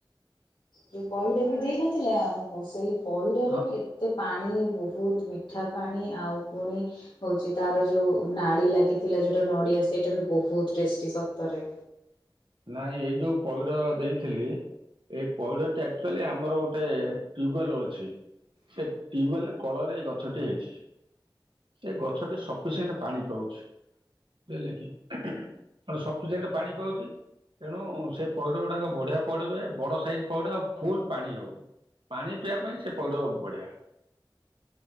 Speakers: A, on the left (about 80°); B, on the right (about 75°).
A: ଯୋଉ ପଇଡ଼ ବି ଦେଇ ନଥିଲେ ଆମକୁ ସେଇ ପଇଡ଼ରେ
B: ହଁ
A: ବି ଏତେ ପାଣି ବହୁତ ମିଠା ପାଣି ଆଉ ପୁଣି ହଉଚି ତାର ଯୋଉ ନାଳି ଲାଗିଥିଲା ଯୋଉଟା ନଡିଆ ସେଇଟା ବି ବହୁତ ଟେଷ୍ଟି ସତରେ।
B: ନାଇଁ ଏଇ ଯୋଉ ପଇଡ଼ ଦେଇଥିଲି ଏଇ ପଇଡ଼ଟି ଆକ୍ଚୁଆଲି ଆମର ଗୋଟେ ଟ୍ୟୁବୱେଲ ଅଛି। ସେ ଟ୍ୟୁବୱେଲ କଳରେ ଏଇ ଗଛଟି ହେଇଚି। ସେ ଗଛଟି ସଫିସେଣ୍ଟ ପାଣି ପାଉଚି। ହେଲେ କି କଣ ସଫିସେଣ୍ଟ ପାଣି ପାଉଚି ତେଣୁ ସେ ପଇଡ଼ ଗୁଡାକ ବଢିଆ ପଇଡ଼ ହୁଏ ବଡ ସାଇଜ ପଇଡ଼ ଆଉ ଫୁଲ ପାଣି ହେଉ। ପାଣି ପିଇବା ପାଇଁ ସେ ପଇଡ଼ ବଢିଆ।